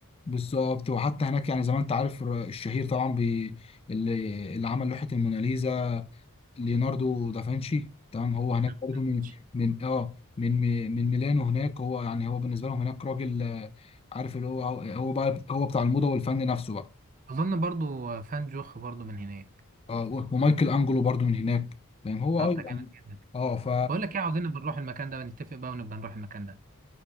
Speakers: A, on the left; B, on the right.
A: بالظبط وحتى هناك يعني زي ما انت عارف الشهير طبعا بي... اللي اللي عمل لوحة الموناليزا ليوناردو دافنشي تمام هو هناك برضه
B: ليوناردوفيتش
A: من من اه من من ميلانو هناك هو يعني هو بالنسبه لهم هناك راجل آه، عارف اللي هو هو بقى هو بتاع الموضه والفن نفسه بقى
B: اظن برضو فان جوخ برضو من هناك
A: اه ومايكل انجلو برضه من هناك يعني هو
B: طب
A: اه يعني
B: ده جامد جدا
A: اه ف
B: بقول لك ايه عاوزين نبقى نروح المكان ده ونتفق بقى ونبقى نروح المكان ده